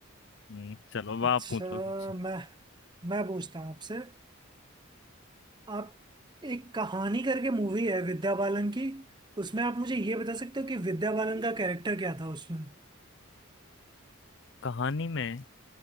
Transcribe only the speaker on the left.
हम्म, चलो अब
आप पूछो कुछ
कहानी में